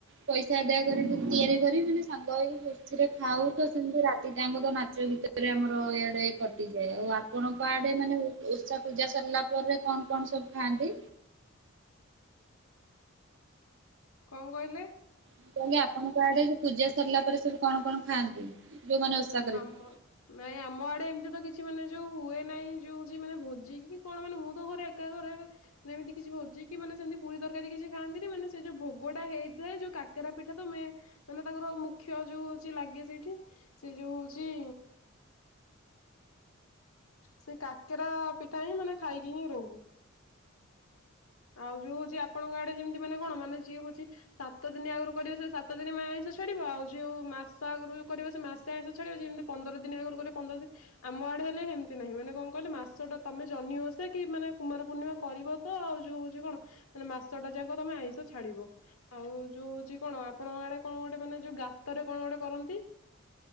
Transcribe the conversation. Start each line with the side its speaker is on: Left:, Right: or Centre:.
Right: ପଇସା ଆଦାୟ କରିକି ତିଆରି କରି ମାନେ ସାଙ୍ଗ ହୋଇକି ଖୁସିରେ ଖାଉ। ତ ସେମିତି ରାତି ଟାଇମ୍ ନାଚ ଗୀତରେ ଆମର ଇଆଡେ କଟିଯାଏ। ଆଉ ଆପଣଙ୍କ ଆଡେ ମାନେ ଓଷା ପୂଜା ସରିଲା ପରେ କଣ କଣ ସବୁ ଖାଆନ୍ତି?
Left: କଣ କହିଲେ?
Right: ମୁଁ କହିଲି ଆପଣଙ୍କ ଆଡେ ପୂଜା ସରିଲା ପରେ ସବୁ କଣ କଣ ଖାଆନ୍ତି? ଯୋଉମାନେ ଓଷା କରିଥାନ୍ତି?
Left: ଆମ ନାଇଁ ଆମ ଆଡେ ଏମତି ତ କିଛି ମାନେ ଯୋଉ ହୁଏ ନାହିଁ ଯୋଉ ହଉଚି ମାନେ ଭୋଜିି କି କଣ ମାନେ ମୁଁ ତ ଘରେ ଏକା କରେ। ଏମିତି କିଛି ଭୋଜିିକି ମାନେ ସେମିତି ପୁରୀ ତରକାରୀ କିଛି ଖାଆନ୍ତିନି। ମାନେ ସେ ଯୋଉ ଭୋଗଟା ହେଇଥାଏ ଯୋଉ କାକେରା ପିଠା ତ ମେ ମାନେ ତାଙ୍କର ମୁଖ୍ୟ ଯୋଉ ହଉଚି ଲାଗେ ସେଇଠି। ସେ ଯୋଉ ହଉଚି ସେ କାକେରା ପିଠା ହିଁ ମାନେ ଖାଇକି ହିଁ ରହୁ। ଆଉ ଯୋଉ ହଉଚି ଆପଣଙ୍କ ଆଡେ ଯେମିତି ମାନେ କଣ ମାନେ ଯିଏ ହଉଚି ସାତ ଦିନି ଆଗରୁ କରିବ ସେ ସାତ ଦିନି ଆଇଁଷ ଛାଡିବ। ଆଉ ଯୋଉ ମାସ ଆଗରୁ ଯଉ କରିବ ସେ ମାସେ ଆଇଁଷ ଛାଡିବ। ଯେମିତି ପନ୍ଦର ଦିନ ଆଗରୁ କରିବ ପନ୍ଦର ଦିନି ଆମ ଆଡେ ହେଲେ ହେମିତି ନାହିଁ। ମାନେ କଣ କହିଲେ ମାସଟା ତମେ ଜହ୍ନି ଓଷା କି ମାନେ କୁମାର ପୂର୍ଣ୍ଣିମା କରିବ ତ ଆଉ ଯୋଉ ହଉଚି କଣ ମାନେ ମାସ ଟା ଯାଙ୍କ ତମେ ଆଇଁଷ ଛାଡିବ। ଆଉ ଯୋଉ ହଉଚି କଣ ଆପଣଙ୍କ ଆଡେ କଣ ଗୋଟେ ମାନେ ଯୋଉ ଗାତରେ କଣ ଗୋଟେ କରନ୍ତି?